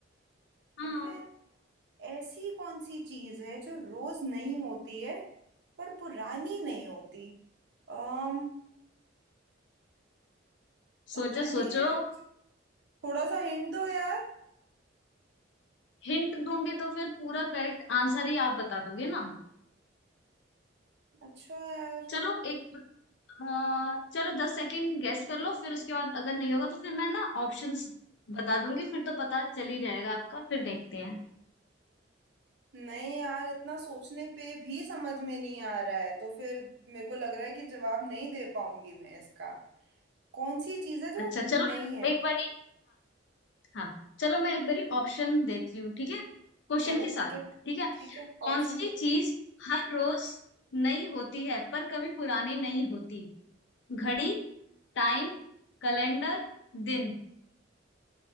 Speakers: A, on the left (about 65°); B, on the right (about 60°).
A: हाँ
B: तो फिर ऐसी कौन सी चीज है जो रोज नई होती है पर पुरानी नहीं होती um, पता
A: सोचो सोचो
B: नहीं यार थोड़ा सा हिंट दो यार
A: हिंट दूंगी तो फिर पूरा करेक्ट आंसर ही आप बता दोगे ना
B: अच्छा यार
A: चलो एक आ, चलो दस सेकंड गेस कर लो फिर उसके बाद अगर नहीं होगा तो फिर मैं ना ऑप्शंस बता दूंगी फिर तो पता चल ही जाएगा आपका फिर देखते हैं
B: नहीं यार इतना सोचने पे भी समझ में नहीं आ रहा है तो फिर मेरे को लग रहा है कि जवाब नहीं दे पाऊंगी मैं इसका कौन सी चीज है जो
A: अच्छा
B: नहीं
A: चलो
B: है
A: एक बारी हाँ चलो मैं एक बारी ऑप्शन देती हूँ ठीक है क्वेश्चन
B: चलो
A: के साथ
B: ठीक है
A: ठीक है
B: ठीक है
A: कौन
B: ऑप्शन
A: सी
B: दो
A: चीज हर रोज नई होती है पर कभी पुरानी नहीं होती घड़ी टाइम कैलेंडर दिन